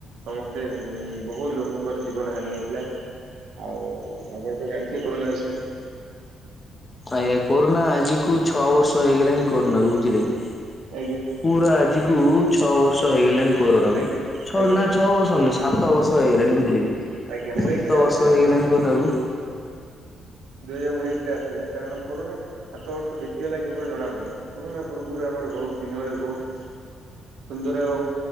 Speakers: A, on the right; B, on the left.
A: ସମସ୍ତେ ଉ ବହୁତ ଲୋକଙ୍କର ଜୀବନ ହାନି ହେଇଥିଲା ଆଉ ଆମର ତ ଜାଣିଥିବେ କରୋନା ବିଷୟରେ।
B: ଆଜ୍ଞା କୋରୋନା ଆଜି କୁ ଛଅ ବର୍ଷ ହେଇଗଲାଣି କୋରୋନା କୁ ବୁଝିଲେ କି।
A: ଆଜ୍ଞା।
B: ପୁରା ଆଜି କୁ ଛଅ ବର୍ଷ ହେଇଗଲାଣି କରୋନାକୁ
A: ଆଜ୍ଞା
B: ଛ
A: ଆଜ୍ଞା
B: ନା ଛଅ ବର୍ଷ ନ ସାତ ବର୍ଷ ହେଇଗଲାଣି ବୁଝିଲେକି
A: ଆଜ୍ଞା ଉଣେଇଶରେ
B: ସାତ
A: ଆସିଥିଲା
B: ବର୍ଷ ହେଇଗଲାଣି କୋଉଟା କ
A: ଦୁଇ ହଜାର ଉଣେଇଶରେ ଆସିଥିଲା କାରଣ କୋରୋନା ସାତ ବର୍ଷ ବିତିବା ଲାଗ କିଏ ବୋଲି ଜଣା ପଡ଼ୁନି। କରୋନା ପୂର୍ବରୁ ଆମର ବହୁତ ଦିନରେ ବହୁତ ସୁନ୍ଦର ଏବଂ